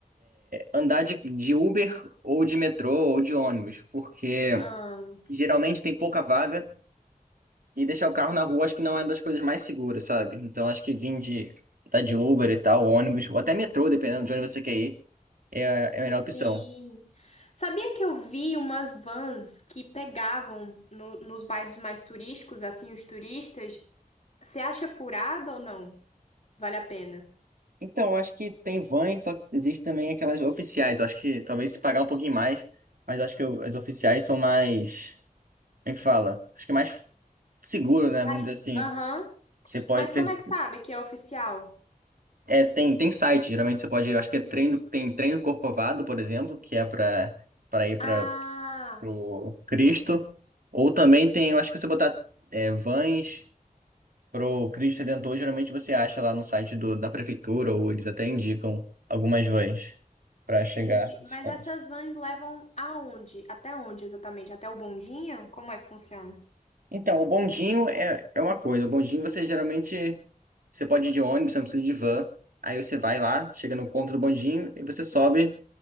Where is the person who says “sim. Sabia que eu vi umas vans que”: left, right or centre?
Left